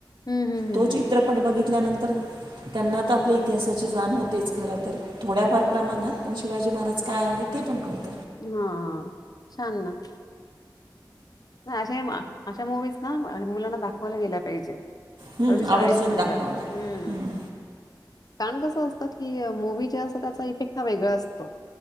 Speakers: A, on the left; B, on the right.
A: हं, हं, हं,
B: तो
A: हं.
B: चित्रपट बघित तल्यानंतर, त्यांना तर आपल्या इतिहासाची जाण होतेच, खर तर. थोड्याफार प्रमाणात पण, शिवाजी महाराज काय आहे ते पण कळूत
A: हा, छान ना. नाही अशा या मा मुवीज ना, मुलांना दाखवायला गेल्या पाहिजेत.
B: हं,
A: अगदी शाळेत
B: आवर्जून
A: सुद्धा.
B: दाखवाव्या
A: हम्,
B: हं,
A: कारण कस असतं की, मूवी स्वतःचा <unintelligible> हा वेगळा असतो.